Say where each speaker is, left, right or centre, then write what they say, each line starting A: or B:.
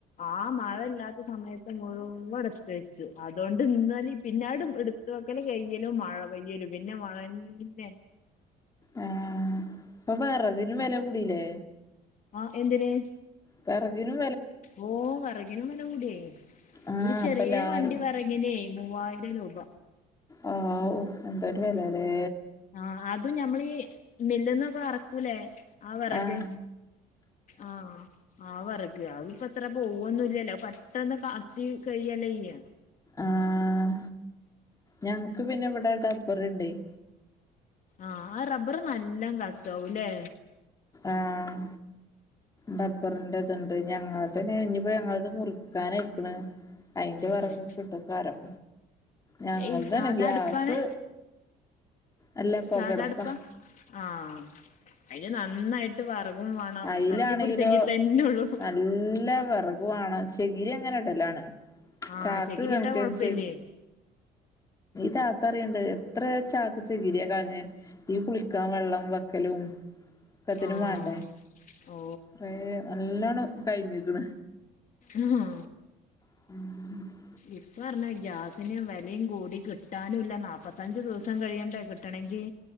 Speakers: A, on the left; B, on the left.
A: ആ മഴ ഇല്ലാത്ത സമയത്ത് ത് മുഴുവൻ ഇടത്ത് വെച്ചു അതോണ്ട് ഇന്നാലിം പിന്നാടും എട് ഇത് വെക്കലും കയ്യലും മഴ പെയ്യലും പിന്നെ മഴന്നെ.
B: ഏ ഇപ്പൊ വറകിനും വെല കൂടില്ലേ?
A: ആ എന്തിന്
B: വെറക്നു
A: ഓ വെറകിനും കൂടിയേ
B: ആഹ്
A: ഒരു ചെറിയ
B: ഇപ്പ എല്ലാരും
A: വണ്ടി വെറകിനെയ് മൂവായിരം രൂപ.
B: ആ വൂ എന്തൊരു വെലലേ?
A: ഉം ആഹ് അതും ഞമ്മളീ മില്ല്ന്നൊക്കെ അറക്കൂലേ ആ വറക്
B: ആഹ്
A: ആഹ് ആ വർക്. അഹ്ഞ്ഞിപ്പത്രേ പോവൊന്നും ഇല്ലല്ലോ പെട്ടെന്ന് കത്തി കയ്യല്ലേ യ്യ.
B: ആഹ് ഞങ്ങക്ക് പിന്നെ ഇവിടെ ഡബ്ബർഇണ്ടേയ്.
A: ആ ആ റബ്ബർ നല്ലോം കത്താവുംലെ?
B: ആഹ് ഡബ്ബറിന്റെ ഇത്ണ്ട്. ത് ഞങ്ങൾ ത്ന് ഇഞ്ഞിപ്പോ ഞങ്ങളത് മുറിക്കാനയ്ക്കണ് അയിന്റെ വെറക്
A: ഉം.
B: കിട്ടോയ്ക്കാരിം. ഞങ്ങൾത്നെ
A: ഈ സാധാ
B: ഗ്യാസ്
A: അടുപ്പാണ്
B: അല്ല പൊകടുപ്പ.
A: സാധാ അടുപ്പാ ആഹ് അതിന് നന്നായിട്ട് വിറകും വേണം
B: അയ്ലാണെങ്കിലോ
A: കത്തിപ്പിടിച്ചെങ്കി തന്നെ ഉള്ളൂ
B: നല്ല വെറകുവാണ്. ചെകിരി അങ്ങനെടലാണ്
A: ആഹ്
B: ചാക്ക്
A: ചകിരിയിട്ടാ
B: കണക്കിന്
A: കൊഴപ്പല്ലേ
B: ചെ താത്ത പറയ്ണ്ട് എത്ര ചാക്ക് ചെകി രിയ. കളഞ് ഈ കുളിക്കാൻ വെള്ളം വെക്കലും. ഒക്കത്തിനും
A: ആഹ്
B: വാണ്ടേ
A: ഓ
B: കൊറെ നല്ലോണം കഴിഞ്ഞക്ക്ണ്.
A: ആഹാ.
B: <inaudible>
A: ഇപ്പ പറഞ്ഞാ ഗ്യാസിന് വിലയും കൂടി കിട്ടാനുല്ല നാല്പ്പത്തഞ്ചു ദിവസം സം കഴിയേണ്ടേ കിട്ടണെങ്കിൽ?